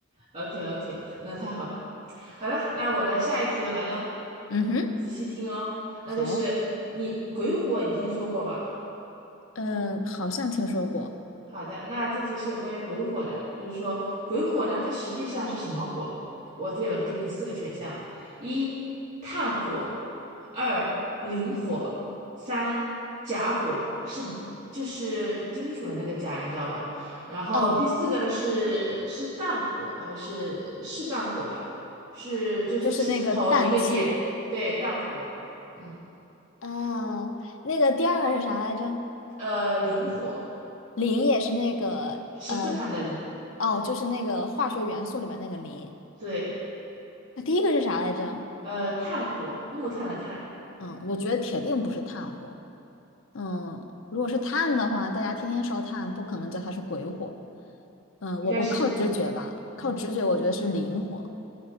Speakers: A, on the right; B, on the left.
A: OK OK，那太好了。好了，那我的下一题又来喽，
B: 嗯哼，
A: 仔细听哦。那就是你鬼火，
B: 好，
A: 你听说过吧？
B: 嗯，好像听说过。
A: 好的，那这题是有关于鬼火的，就是说鬼火呢，它实际上是什么火？我这里有给你四个选项：一、炭火；二、磷火；三、甲火，是就是金属的那个甲，你知道吧？然后第四个呢是是氮火还是是氮火吧？
B: 哦，
A: 是就是气字头一个炎，
B: 就是那个氮气。
A: 对，氮火，嗯，
B: 哦，那个第二个是啥来着？
A: 呃，磷火，
B: 磷也是那个呃，
A: 十字旁的磷，
B: 哦，就是那个化学元素里面那个磷。
A: 对，
B: 那第一个是啥来着？
A: 呃，炭火，木炭的炭。
B: 嗯，我觉得铁定不是炭火。嗯，如果是炭的话，大家天天烧炭，不可能叫它是鬼火。嗯，
A: 应该是一个，
B: 我我靠直觉吧，
A: 嗯
B: 靠直觉，我觉得是磷火。